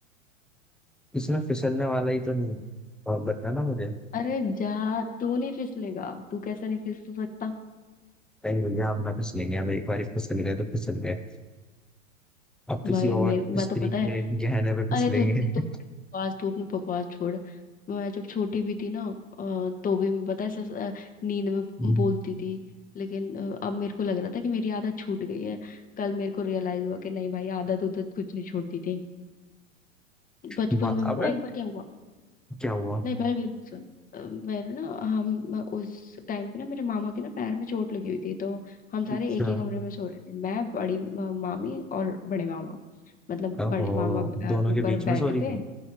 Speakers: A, in the centre; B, on the left.
A: इसमें फिसलने वाला ही तो नहीं और बताना मुझे
B: अरे जा तू नहीं फिसलेगा तू कैसे नहीं फिसल सकता
A: नहीं भैया हम ना फिसलेंगे अब एक बार फिसल गए तो फिसल गए अब किसी
B: भाई
A: और
B: मैं मैं
A: स्त्री
B: तो पता है
A: के गहने पे
B: अरे
A: फिसलेंगे
B: तू तो बकवास तू अपनी बकवास छोड़ मैं जब छोटी भी थी ना अ, तो भी मैं पता है ऐसे अ, नींद में
A: <laughs>
B: बोलती थी लेकिन अ, अब मेरे को लग रहा था कि मेरी आदत छूट गई है कल मेरे को रियलाइज हुआ कि नहीं भाई आदत उदत कुछ नहीं छोड़ती थी बचपन
A: बा-
B: में पता
A: अबे
B: है एक बार क्या हुआ
A: क्या हुआ
B: नहीं पहले मेरी बात सुन अ, मेरे ना हम मैं उस टाइम पे ना मेरे मामा के ना पैर में चोट लगी हुई थी तो हम सारे
A: अच्छा
B: एक ही कमरे में सो रहे थे मैं बड़ी म- मामी और बड़े मामा मतलब
A: ओहो
B: बड़े मामा अ,
A: दोनों
B: ऊपर
A: के बीच में
B: बेड
A: सॉरी
B: पे
A: भी